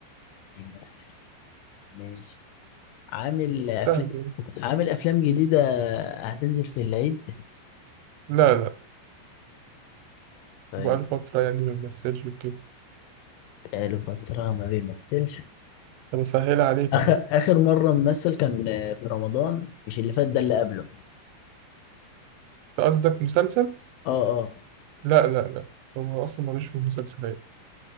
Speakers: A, on the left; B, on the right.
A: يمثل ماشي عامل افلام
B: سهل يعني.
A: عامل افلام جديدة هتنزل في العيد
B: لا لا
A: طيب
B: بقاله فترة يعني ما بيمثلش وكده
A: بقاله فترة ما بيمثلش
B: طب اسهل عليك
A: اخر
B: اهو
A: اخر مره ممثل كان آه، في رمضان مش اللي فات ده اللي قبله
B: انت قصدك مسلسل
A: اه اه
B: لا لا لا هو اصلا ملوش في المسلسلات